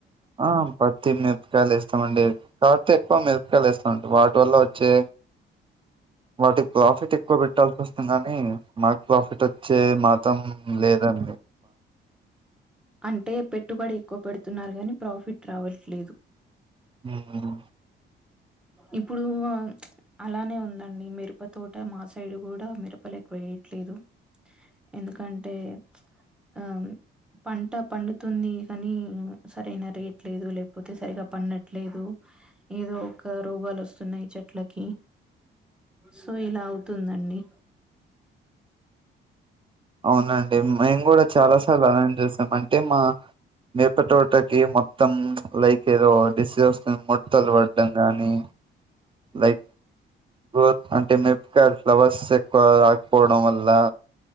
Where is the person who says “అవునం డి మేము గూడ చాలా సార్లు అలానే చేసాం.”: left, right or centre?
Right